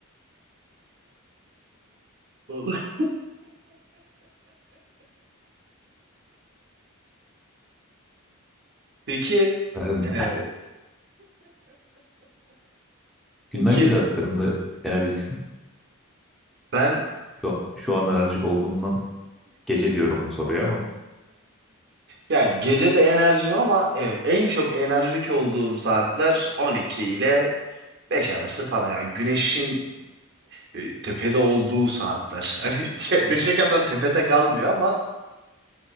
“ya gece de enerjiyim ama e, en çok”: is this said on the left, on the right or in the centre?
Right